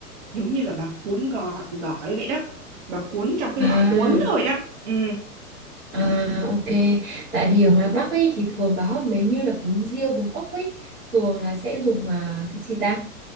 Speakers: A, on the right (about 45°); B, on the right (about 75°).
A: giống như là bà cuốn gỏi, gỏi vậy đó bà cuốn trong cái
B: à
A: gỏi cuốn thôi đó ừ
B: À ok, tại vì ở ngoài Bắc ấy thì thường đó mấy như là bún riêu, bún ốc ấy thường là sẽ dùng à, cái gì ta?